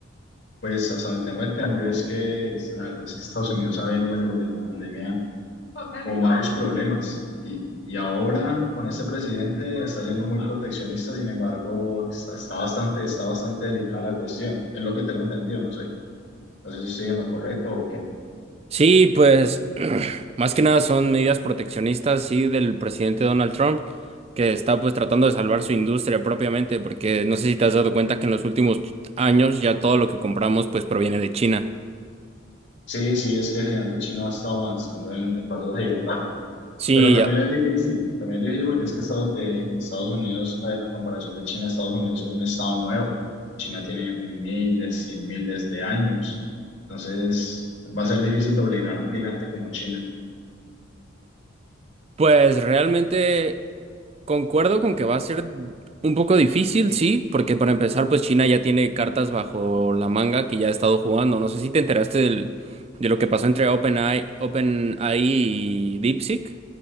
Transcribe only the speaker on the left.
Pues hasta donde tengo entendido es que es- la verdad es que Estados Unidos ha venido desde la pandemia con varios problemas y, y ahora con este presidente está siendo muy proteccionista, sin embargo, está, está bastante, está bastante delicada la cuestión, es lo que tengo entendido, no sé, no sé si estoy en lo correcto o qué.
Sí, sí, es que el gigante chino ha estado avanzando en, en pasos gigantes
Pero también
es difícil, también es difícil porque es que Estados, eh, Estados Unidos, a, a comparación de China, Estados Unidos es un estado nuevo. China tiene miles y miles de años. Entonces, va a ser difícil doblegar a un gigante como China.